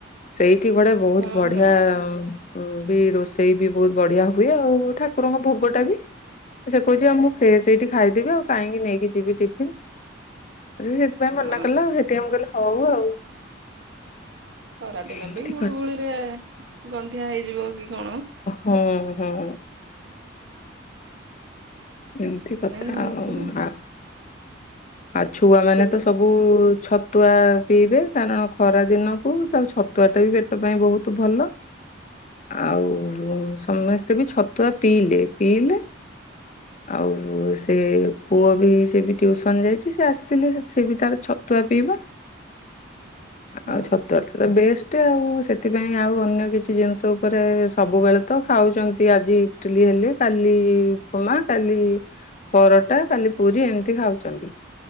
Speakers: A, on the left; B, on the right.
A: ସେଇଠି କୁଆଡେ ବହୁତ୍
B: ହଁ
A: ବଢିଆ
B: ହଁ
A: ମୁଁ ବି ରୋଷେଇ ବି ବହୁତ୍ ବଢିଆ ହୁଏ ଆଉ ଠାକୁରଙ୍କ ଭୋଗଟା ବି। ସେ କହୁଛି ଆଉ ମୁଁ ଫ୍ରେସ୍‌ଏଇଠି ଖାଇଦେବି ଆଉ କାହିଁକି ନେଇକି ଯିବି ଟିଫନ୍। ହେଇ ହେତ୍ ପାଇଁ ମନା
B: ହଁ
A: କଲା ଆଉ ସେଥିପାଇଁ ମୁଁ କହିଲ ହଉ ଆଉ।
B: ଖରାଦିନ
A: ଏମିତି
B: ବି ଗୁଳୁଗୁଳିରେ
A: କ
B: ଗନ୍ଧିଆ ହେଇଯିବ କି କଣ।
A: ହୁଁ ହୁଁ। ଏମିତି
B: ସେଇପାଇଁ
A: କଥା
B: ନଉନଥିବେ
A: ଆଉ ଆ ଆଉ ଛୁଆ ମାନେ
B: ପିଲା
A: ତ ସବୁ ସବୁ ଛତୁଆ ପିଇବେ କାରଣ ଖରା ଦିନକୁ ତା ଛତୁଆଟା ବି ପେଟ ପାଇଁ ବହୁତ ଭଲ। ଆଉ ସମସ୍ତେ ବି ଛତୁଆ ପିଇଲେ ପିଇଲେ ଆଉ ସେ ପୁଅ ବି ସେ ବି ଟିଉସନ୍ ଯାଇଛି ସେ ଆସିଲେ ସେ ବି ତାର ଛତୁଆ ପିଇବ।
B: ହଁ
A: ଆଉ ଛତୁଆ ତ ବେଷ୍ଟ ଆଉ ସେଥିପାଇଁ ଆଉ ଅନ୍ୟ କିଛି ଜିନିଷ ଉପରେ ସବୁବେଳେ ତ ଖାଉଛନ୍ତି ଆଜି ଇଟିଲି ହେଲେ କାଲି ଉପମା କାଲି ପରଟା କାଲି ପୁରୀ ଏମିତି ଖାଉଛନ୍ତି।